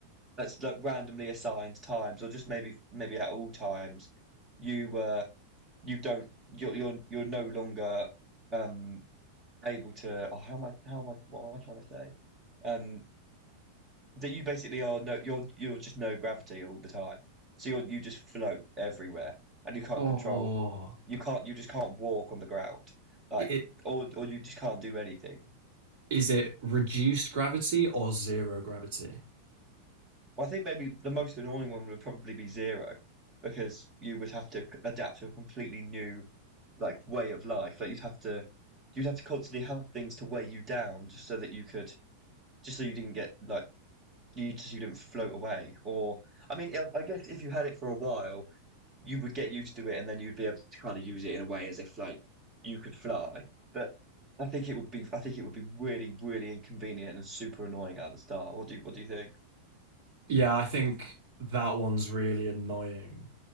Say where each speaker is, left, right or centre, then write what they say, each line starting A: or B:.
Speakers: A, on the right (about 25°); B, on the right (about 50°).
A: that's like randomly assigned times, or just maybe maybe at all times, you uh you don't you're you're you're no longer um able to. Oh, how am I? How am I? What am I trying to say? Um, that you basically are no you're you're just no gravity all the time, so you you just float everywhere, and you can't
B: Oh,
A: control. You can't. You just can't walk on the ground, like
B: it
A: or or you just can't do anything.
B: is it reduced gravity or zero gravity?
A: Well, I think maybe the most annoying one would probably be zero, because you would have to c- adapt to a completely new like way of life. Like you'd have to you'd have to constantly have things to weigh you down just so that you could just so you didn't get like you just you didn't float away. Or I mean, I- I guess if you had it for a while, you would get used to it, and then you'd be able to kind of use it in a way as if like you could fly. But I think it would be I think it would be really really inconvenient and super annoying at the start. What do you, what do you think?
B: Yeah, I think that one's really annoying.